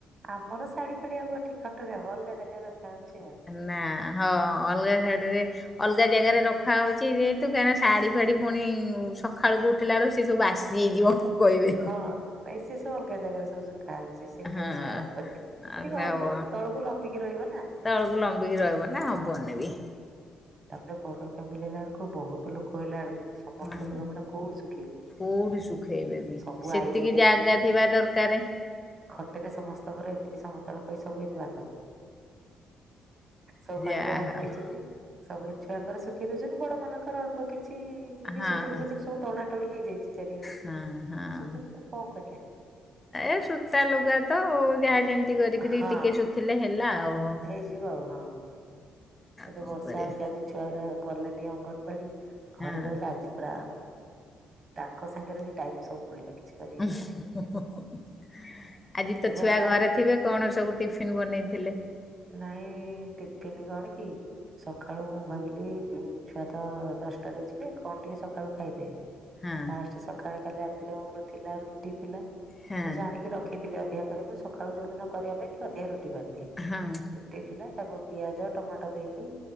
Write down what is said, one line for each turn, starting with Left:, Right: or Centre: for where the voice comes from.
Right: ଆମର ଶାଢୀ ଫାଡି ଆଉ କଣ ଅଠି କି ଖଟରେ ବ ଅଲଗା ଜାଗାରେ ରଖାହଉଛି ଆଉ।
Left: ନା ହଁ ଅଲଗା ଶାଢୀରେ ଅଲଗା ଜାଗାରେ ରଖା ହଉଛି ଯେହେତୁ କାହିଁକିନା ଶାଢୀ ଫାଢୀ ପୁଣି ସକାଳୁକୁ ଉଠିଲାରୁ ସେ ସବୁ ବାସି ହେଇଯିବ। ମୁଁ କହିବି
Right: ହଁ ଦାଇ ସେ ସଲ। ଜା ଜାଗାରେ ସବୁ ଶୁଖା ହଉଛି। ସେଠି
Left: ହଁ।
Right: ଆଉ ଶ ସୁଖା ହବନି।
Left: ଆଉ
Right: ଏଠିକି ହବନି ତଳକୁ ଲମ୍ବିକି ରହିବ ନା।
Left: ତଳକୁ ଲମ୍ବିକି ରହିବ ନା ହବନି
Right: ହଁ।
Left: ବି।
Right: ତାପରେ ବଡ ଫ୍ୟାମିଲି ହେଲାଳକୁ ବହୁତ ଲୋକ ହେଲାଳକୁ ସମସ୍ତ
Left: ହଁ
Right: ଲୁଗାପଟା କୋଉଠି ଶୁଖିବ?
Left: କୋଉଠି ଶୁଖେଇବେ ବି
Right: ସବୁ
Left: ସେତିକି
Right: ଆଇଡିଆ
Left: ଜାଗା ଥିବା ଦରକାରେ।
Right: ଖଟେରେ ସମସ୍ତଙ୍କର ଏମିତି ସମତ କହି ସବୁ ଏତି ବାନ୍ଧ ସବୁ
Left: ଯାହା
Right: ଖଟରେ ବାନ୍ଧି ଦେଇଛନ୍ତି।
Left: ହଉ।
Right: ସବୁ ଛୁଆଙ୍କର ଶୁଖେଇ ଦଉଛନ୍ତି। ବଡ ମାନଙ୍କର ଅଳ୍ପ କିଛି ବି
Left: ହଁ
Right: ସୁତୁରି ଫୁତୁରି ସବୁ ଟଣା ଟଣି ହେଇଯାଇଛି। ଚାରିଆଡେ
Left: ହଁ ହଁ।
Right: ଶିଖୁଛି କଣ କରିବା।
Left: ଏ ସୂତା ଲୁଗା ତ ଯାହା ଯେମିତି କରିକିରି
Right: ହଁ
Left: ଟିକେ ଶୁଖିଲେ ହେଲା ଆଉ। ଆଉ
Right: ହେଇଯିବ ଆଉ ହଁ। ଏ
Left: କଣ
Right: ବର୍ଷା
Left: କରିବା
Right: ହଉଛି ଆଜି ଛୁଆଗୁରା ଗଲେନି ଅଙ୍ଗନବାଡି। ଘରେ
Left: ହଁ
Right: ରହିଲେ ଆଜି ପୁରା ତାଙ୍କ ସାଙ୍ଗରେ ବି ଟାଇଟ ସବୁ ପଳେଇଲା କିଛି କରିହେଲାନି।
Left: <unintelligible> ଆଜି ତ
Right: ବର୍ଷା
Left: ଛୁଆ
Right: ହେଲା
Left: ଘରେ ଥିବେ କଣ ସବୁ ଟିଫିନ୍ ବନେଇଥିଲେ?
Right: ନାଇଁ ଟିଫିନ୍ କଣ କି ସକାଳୁ ମୁଁ ଭାବିଲି ଛୁଆ ତ ଦଶଟାରେ ଯିବେ କଣ ଟିକେ ସକାଳୁ ଖାଇଦେବେ।
Left: ହଁ
Right: ଫାଷ୍ଟ ସକାଳେ କାଲି ରାତିରେ ମୋର ଥିଲା ରୁଟି ଥିଲା ମୁଁ
Left: ହଁ
Right: ଜାଣି କି ରଖିଥିଲି ଅଧିକା କରି ମୁଁ ସକାଳୁ ଯୋଉ ଦିନ କରିବା ପାଇଁ ଟିକେ ଅଧିକା ରୁଟି କରିଦିଏ।
Left: ହଁ।
Right: ରୁଟି ଥିଲା ତାକୁ ପିଆଜ ଟମାଟୋ ଦେଇକି